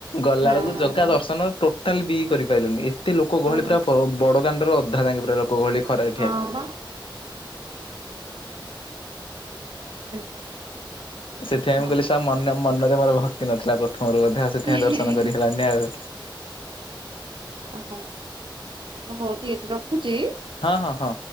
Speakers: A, on the left; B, on the right.
A: ଗଲା
B: ହଁ
A: ବେଳକୁ ଜାଗା ଦର୍ଶନ ଟୋ ତା ବି କରିପାରିଲୁନି ଏତେ ଲୋକ ଗହଳି
B: ଆଉ
A: ପୁରା ବ ବଡ଼ ଦାଣ୍ଡର ଅଧା ଜାଙ୍ଗେ ପୁରା ଲୋକ ଗହଳି ଖରା
B: ହଁ ବା <unintelligible>
A: ସେଥିପାଇଁ
B: ହଉ
A: କହିଲି ଶା ମନ ମନରେ ମୋର ଭକ୍ତି ନଥିଲା ପ୍ରଥମରୁ ବୋଧେ ଆଉ। ସେଥିପାଇଁ
B: ହ <unintelligible>
A: ଦର୍ଶନ କରି ହେଲାନି ଆଉ।
B: ଓହୋ ହଉ ଠିକ ଅଛି ରଖୁଛି?
A: ହଁ ହଁ ହଁ।